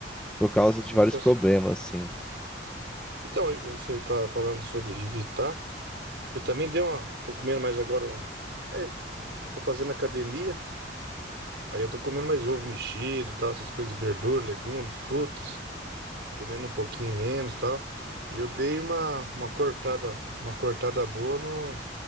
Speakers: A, in the centre; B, on the right.
A: por causa
B: sim,
A: de vários
B: tá
A: problemas,
B: certo.
A: assim.
B: Então, você tá falando sobre evitar. Eu também dei uma. Tô comendo mais agora um. Aí eu, eu tô fazendo academia, aí eu tô comendo mais ovo mexido, tal, essas coisas, verdura, legumes, frutas, comendo um pouquinho menos, tal. E eu dei uma, uma cortada, uma cortada boa no,